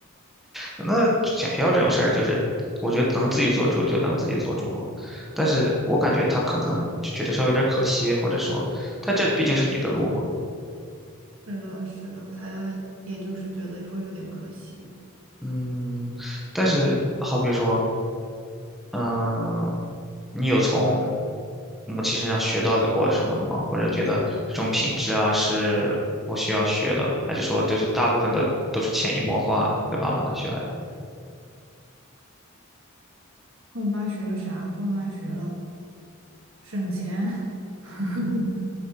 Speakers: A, in the centre; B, on the right (about 60°).
A: 那选学校这种事儿，就是我觉得能自己做主就能自己做主嘛。但是我感觉他可能就觉得稍微有点可惜，或者说他这毕竟是你的路嘛。
B: 是的，是的，他也就是觉得会有点可惜。
A: 嗯，但是好比说，嗯，你有从母亲身上学到过什么的吗？或者觉得这种品质啊是我需要学的，还是说就是大部分的都是潜移默化跟妈妈那学来的？
B: 跟我妈学了啥？跟我妈学了省钱。<laughs>